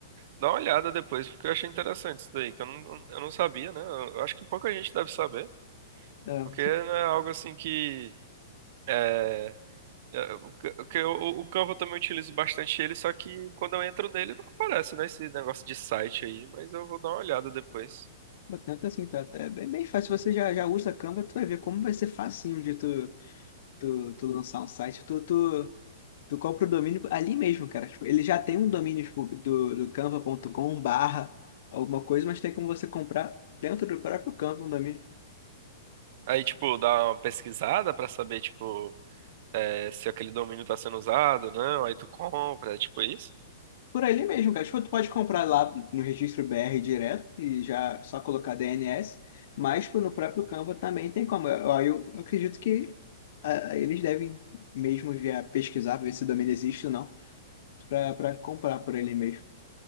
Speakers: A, on the right (about 55°); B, on the left (about 60°).
A: dar uma olhada depois, porque eu achei interessante isso daí, que eu não, eu não sabia, né? Eu, eu acho que pouca gente deve saber,
B: É.
A: porque não é algo assim que. é, É, O ca- o que eu- o Canva eu também utilizo bastante ele, só que quando eu entro nele não aparece, né, esse negócio de site aí, mas eu vou dar uma olhada depois.
B: Tanto assim, tá, tá- é bem, bem fácil. Você já, já usa Canva, tu vai ver como vai ser facinho de tu, tu, tu lançar um site. Tu, tu, tu compra o domínio ali mesmo, cara. Tipo, ele já tem um domínio tipo, do, do canva.com barra alguma coisa, mas tem como você comprar dentro do próprio Canva um domínio.
A: Aí, tipo, dá uma pesquisada pra saber, tipo, é, se aquele domínio tá sendo usado, não, aí tu compra, é tipo isso.
B: Por ali mesmo, cara. Tipo, tu pode comprar lá no registro BR direto e já só colocar DNS, mas tipo, no próprio Canva também tem como. Eu, eu, eu acredito que ah, eles devem mesmo já pesquisar, ver se o domínio existe ou não. pra, pra comprar por ele mesmo.